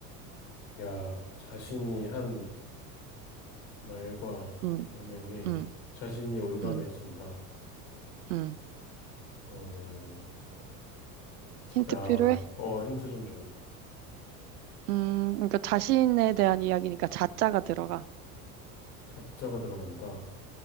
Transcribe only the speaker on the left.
야, 자신이 한 말과
언행에
자신이 올가매진다.
어,
야,
어, 힌트 좀 줘.
자자가 들어간다.